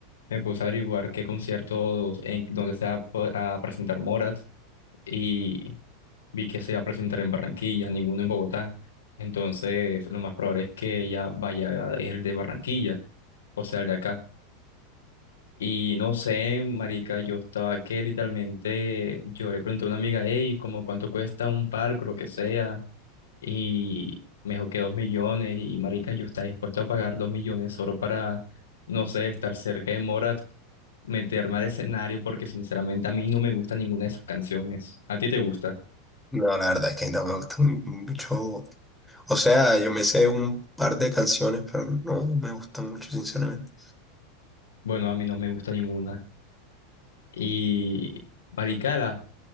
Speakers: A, on the left; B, in the centre.
A: Me puse a averiguar qué conciertos, en dónde se va a, po- a presentar Morat y vi que se va a presentar en Barranquilla, ninguno en Bogotá. Entonces, lo más probable es que ella vaya a ir el de Barranquilla, o sea, el de acá. Y no sé, marica, yo estaba que literalmente, yo le pregunté a una amiga, hey, como cuánto cuesta un palco, lo que sea y me dijo que dos millones y marica, yo estaba dispuesto a pagar dos millones solo para, no sé, estar cerca de Morat, meterme al escenario porque sinceramente a mí no me gusta ninguna de sus canciones. ¿A ti te gusta?
B: No, la verdad es que no me gusta mucho O sea, yo me sé un par de canciones, pero no me gustan mucho, sinceramente.
A: Bueno, a mí no me gusta ninguna. Y marica, las-